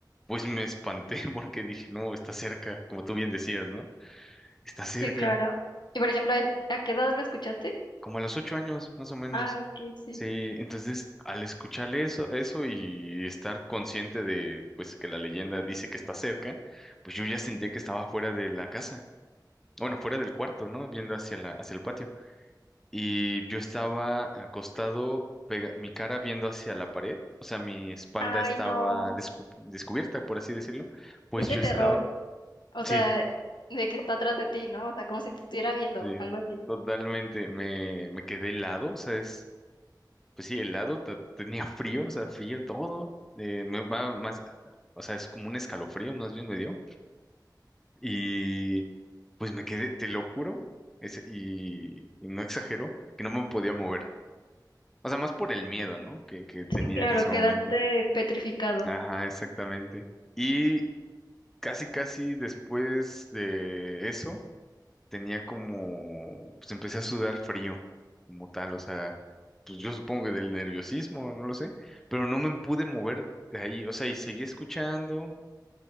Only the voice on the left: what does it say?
sí, claro. Y por ejemplo, ¿a qué edad lo escuchaste?
Ah, ok, sí.
Ay,
no,
es de
terror.
O
sea, de que está atrás de ti, ¿no? O sea, como si te estuviera viendo,
algo así.
Sí, claro,
quedaste
petrificado.